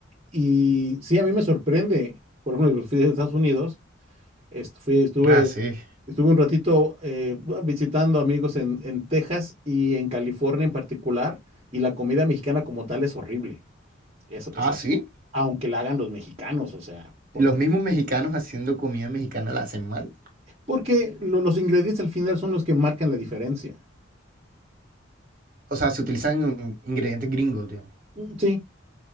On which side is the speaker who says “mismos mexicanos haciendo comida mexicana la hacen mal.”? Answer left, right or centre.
Right